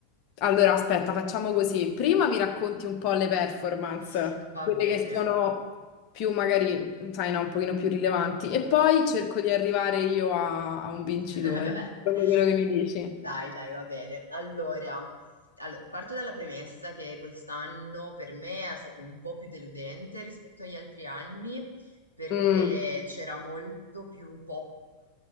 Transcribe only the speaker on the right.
<laughs> Va
bene.
<laughs>
Dai, dai, va bene. Allora, allo- parto dalla premessa che quest'anno per me è stato un po' più deludente rispetto agli altri anni, perché
c'era molto più pop.